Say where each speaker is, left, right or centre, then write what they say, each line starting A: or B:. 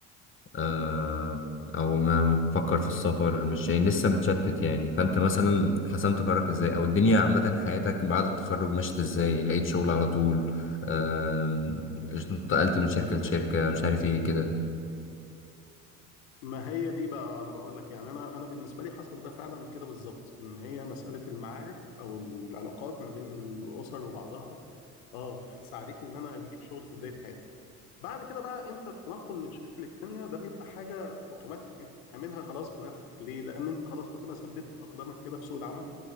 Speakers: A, on the left; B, on the left.
A: آه، او ما بتفكر في السفر مش يعني لسه متشتت يعني فانت مثلا حسمت قرارك ازاي او الدنيا عامة حياتك بعد التخرج مشيت ازاي لقيت شغل على طول آه، انتقلت من شركة لشركة مش عارف ايه كده
B: ما هي دي بقى آه، انا بقول لك يعني انا انا بالنسبه لي حصل ده فعلا كده بالظبط ان هي مساله المعارف او العلاقات ما بين الاسر وبعضها اه ساعدتني ان انا اجيب شغل في بدايه حياتي بعد كده بقى انت التنقل من شركه للتانيه ده بيبقى حاجه اوتوماتيك انت بتعملها خلاص بنفسك ليه لان انت خلاص بتبقى ثبت اقدامك كده في سوق العمل